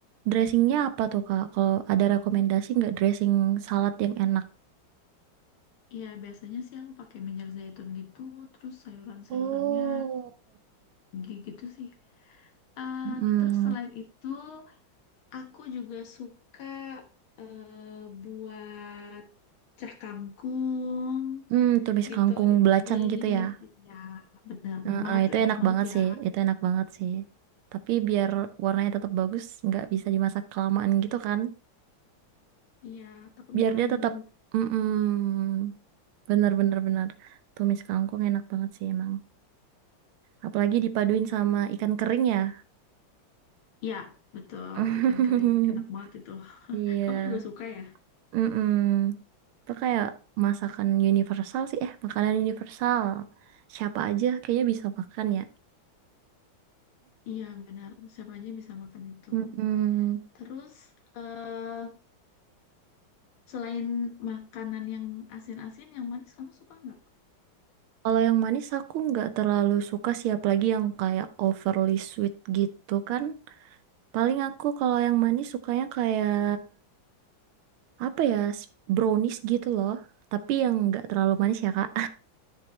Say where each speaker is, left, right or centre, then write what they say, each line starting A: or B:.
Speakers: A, on the right; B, on the left.
A: dressingnya apa tuh Kak? Kalau ada rekomendasi nggak dressing salad yang enak?
B: Ya biasanya sih aku pakai minyak zaitun gitu, terus sayuran-sayurannya
A: Oh.
B: gi- gitu sih. Eh,
A: Mm-mm.
B: terus selain itu, aku juga suka eh, buat cah kangkung
A: Hmm, tumis
B: gitu
A: kangkung
B: ditumis.
A: belacan gitu ya.
B: Iya, benar-benar
A: Nah,
B: banget
A: ah,
B: tuh,
A: itu
B: enak
A: enak
B: banget
A: banget
B: ya.
A: sih. Itu enak banget sih. Tapi biar warnanya tetap bagus, nggak bisa dimasak kelamaan gitu kan.
B: Iya, takut
A: Biar
B: ngelayu.
A: dia tetap, mm bener bener bener. Tumis kangkung enak banget sih emang. Apalagi dipaduin sama ikan kering ya.
B: Iya, betul.
A: <laughs>
B: Ikan kering. Enak banget itu. <laughs>
A: Iya.
B: Kamu juga suka ya?
A: Mm-mm. Itu kayak masakan universal sih. Eh, makanan universal. Siapa aja kayaknya bisa makan ya.
B: Iya, benar. Siapa aja bisa makan itu.
A: Mm-mm.
B: Terus, eh selain makanan yang asin-asin, yang manis kamu suka nggak?
A: Kalau yang manis aku nggak terlalu suka sih, apalagi yang kayak overly sweet gitu kan. Paling aku kalau yang manis sukanya kayak apa ya, s- brownies gitu loh. Tapi yang nggak terlalu manis ya Kak.